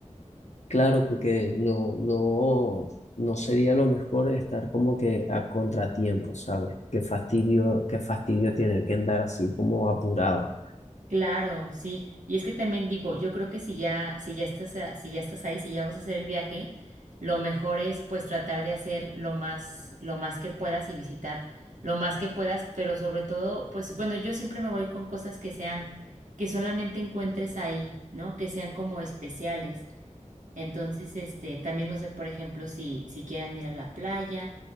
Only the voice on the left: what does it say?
Claro, porque no, no, no sería lo mejor estar como que a contratiempo, ¿sabes? Qué fastidio, qué fastidio tener que andar así como apurado.